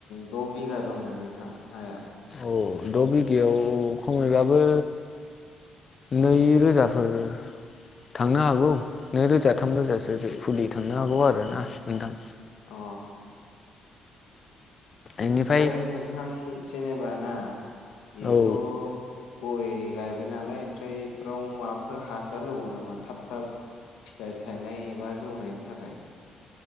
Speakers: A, on the left; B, on the left.
A: द बिगा दंमोन नोंथां हाया।
B: अ द‌ बिगायाव खमैबाबो नै रोजाफोर थांनो हागौ नै रोजा थाम रोजासो फुलि थांनो हागौ आरो ना नोंथां
A: अ
B: इनिफ्राय
A: ओमफ्राय नोंथां जेनेबा ना बेथ
B: औ
A: गय गायबाय नालाय ओमफ्राय बेफोराव माबाफोर हासार होबाव नामा थाब थाब फिथाइ थायनाय एबा जौनायनि थाखाय